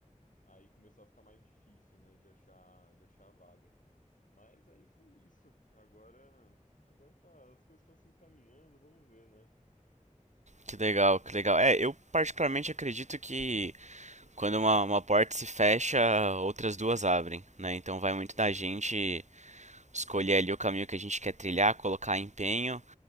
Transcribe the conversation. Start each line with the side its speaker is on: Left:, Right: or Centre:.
Left: Aí começou a ficar mais difícil, né, de achar, de achar a vaga. Mas aí foi isso. Agora, agora tá, as coisas estão se encaminhando, vamos ver, né?
Right: Que legal, que legal. É, eu particularmente acredito que Quando uma, uma porta se fecha, outras duas abrem, né? Então
Left: Sim,
Right: vai muito
Left: com
Right: da
Left: certeza.
Right: gente escolher ali o caminho que a gente quer trilhar, colocar empenho